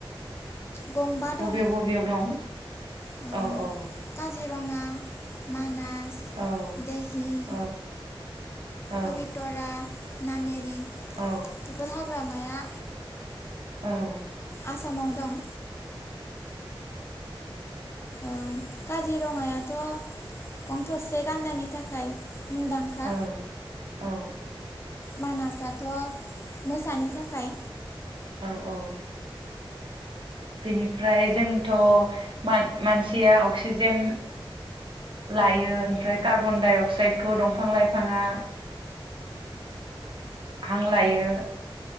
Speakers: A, on the left; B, on the right.
A: गंबा दं
B: बबेयाव बबेयाव दं
A: ओ
B: औ औ
A: काजिरङा मानास
B: औ
A: दिहिं
B: औ औ
A: कबि थरा नाामेरि
B: औ
A: बेफोर हाग्रामाया
B: औ
A: आसामाव दं ओ काजिरङायाथ' गं थरसे गान्दानि थाखाय मुंदांखा
B: औ औ
A: मानासाथ' मोसानि थाखाय
B: औ बेनिफ्राय जोंथ' मानसिया अक्सिजेन लायो ओमफ्राय कार्बन दडाइ अक्साइडखौ दंफां लाइफाङा हां लायो